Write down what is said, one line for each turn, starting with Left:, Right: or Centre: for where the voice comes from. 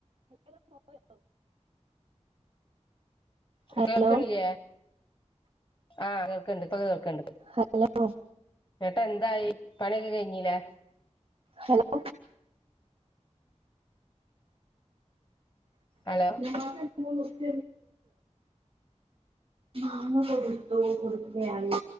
Right: ഹലോ
Left: കേൾക്കണില്ലേ ആഹ കേൾക്കണ്ട് പ കേൾക്കണ്ട്
Right: ഹലോ
Left: എന്നിട്ട് എന്തായി പണിയൊക്കെ കഴിഞ്ഞില്ലേ
Right: ഹലോ
Left: ഹലോ
Right: നിാക്ക ന മുച്ച മാമ കൊടുത്തു കൊടുക്കുകയാണ്